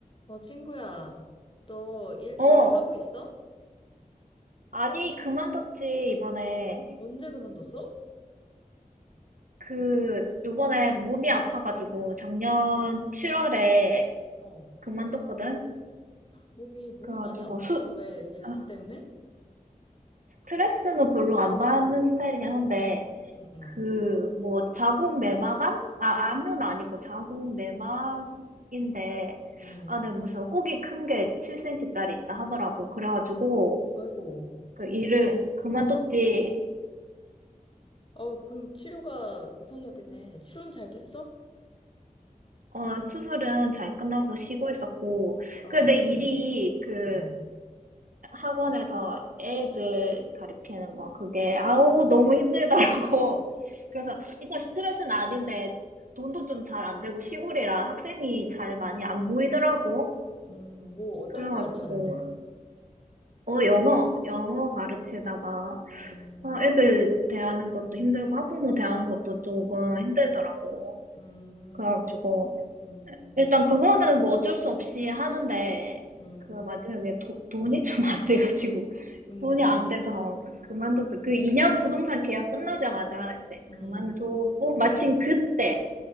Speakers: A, on the left (about 35°); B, on the right (about 65°).
A: 어, 친구야, 너 일 잘
B: 어,
A: 하고 있어?
B: 아니, 그만뒀지, 이번에.
A: 언제 그만뒀어?
B: 그, 요번에 몸이 아파가지고, 작년 7월에
A: 어,
B: 그만뒀거든?
A: 몸이, 몸이
B: 그래가지고,
A: 많이 아팠어?
B: 수,
A: 왜? 스트레스
B: 아,
A: 때문에?
B: 스트레스는 별로 안 받는 스타일이긴 한데,
A: 응, 응,
B: 그, 뭐, 자궁 내막암? 아, 암은 아니고 자궁 내막인데,
A: 응.
B: 안에 무슨 혹이 큰 게 7cm짜리 있다 하더라고. 그래가지고,
A: 아이고.
B: 그 일을 그만뒀지.
A: 어, 그럼 치료가 우선이었겠네. 치료는 잘 됐어?
B: 어, 수술은 잘 끝나서 쉬고 있었고,
A: 어,
B: 그 내 일이 그
A: 응, 응.
B: 학원에서 애들 가르치는 거, 그게, 아우, 너무 힘들더라고. <laughs> 그래서 일단 스트레스는 아닌데, 돈도 좀 잘 안 되고, 시골이라 학생이 잘 많이 안 모이더라고.
A: 음, 뭐, 어떤
B: 그래가지고,
A: 거 가르쳤는데?
B: 어, 영어, 영어 가르치다가,
A: 음,
B: 어, 애들 대하는 것도 힘들고, 학부모 대하는 것도 조금 힘들더라고.
A: 음,
B: 그래가지고,
A: 음,
B: 일단 그거는 뭐 어쩔 수 없이 하는데
A: 음,
B: 그 마지막에 도- 돈이 좀 안 돼가지고 <laughs>
A: 음,
B: 돈이 안 돼서 그만뒀어. 그 2년 부동산 계약 끝나자마자 이제
A: 음,
B: 그만두고 마침 그때